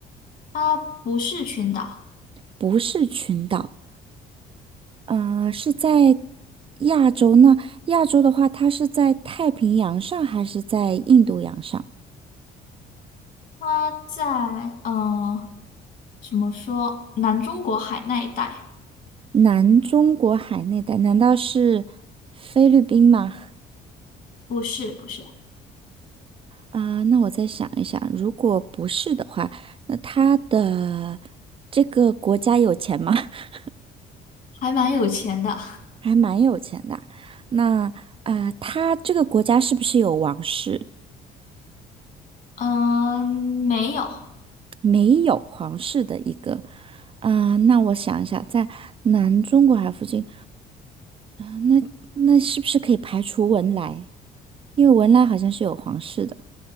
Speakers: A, on the left; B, on the right.
A: 它不是群岛，
B: 不是群岛，啊，是在亚洲呢？亚洲的话，它是在太平洋上还是在印度洋上？
A: 它在嗯。呃怎么说？南中国海那一带？
B: 南中国海那带，难道是菲律宾吗？
A: 不是，不是，
B: 啊、那我再想一想，如果不是的话，那它的这个国家有钱吗？<laughs>
A: 还蛮有钱的。
B: 还蛮有钱的啊那呃，他这个国家是不是有王室？
A: 嗯，没有。
B: 没有皇室的一个。啊、那我想一下，在南中国海附近，啊、那那是不是可以排除文莱？因为文莱好像是有皇室的。